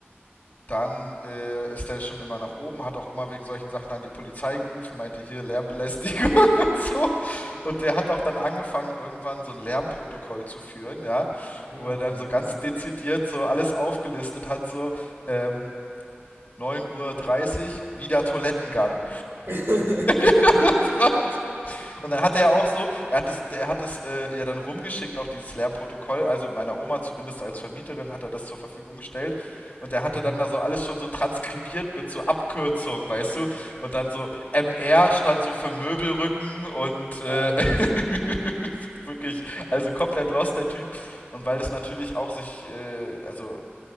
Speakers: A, on the left; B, on the right.
A: dann äh, ist er schon immer nach oben, hat auch immer wegen solchen Sachen dann die Polizei gerufen, meinte hier Lärmbelästigung <laughs> und so. Und der hat auch dann angefangen, irgendwann so ein Lärmprotokoll zu führen, ja,
B: Mm,
A: wo er dann
B: nice.
A: so ganz dezidiert so alles aufgelistet hat, so ähm, 9.30 Uhr, dreißig, wieder Toilettengang.
B: <laughs>
A: <laughs> so, und dann hat er ja auch so, er hat es, er hat es äh, ja dann rumgeschickt, auch dieses Lärmprotokoll. Also meiner Oma zumindest als Vermieterin hat er das zur Verfügung gestellt. Und er hatte
B: mhm.
A: dann da so alles schon so transkribiert mit so Abkürzungen, weißt du? Und dann so MR stand so für Möbelrücken und äh,
B: Ja, nice.
A: <laughs> wirklich, also komplett lost der Typ. Und weil das natürlich auch sich, äh, also